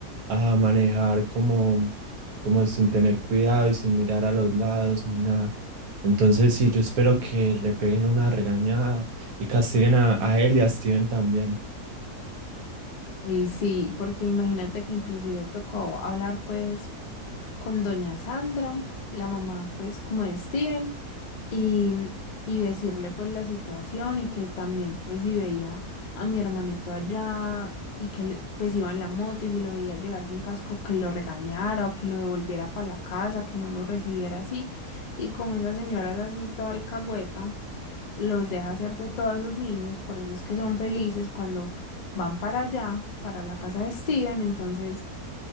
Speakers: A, on the right; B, on the left.
A: a manejar como, como sin tener cuidado y sin mirar a los lados ni nada. Entonces sí, yo espero que le peguen una regañada y castiguen a, a él y a Steven también.
B: Y sí, porque imagínate que inclusive tocó hablar pues con doña Sandra, la mamá pues como de Steven, y, y decirle pues la situación y que también pues si veía a mi hermanito allá y que le- pues iba en la moto y si lo veía llegar sin casco que lo regañara o que lo devolviera para la casa, que no lo recibiera así. Y como esa señora es así toda alcahueta, los deja hacer de todos esos niños, por eso es que son felices cuando van para allá, para la casa de Steven, entonces...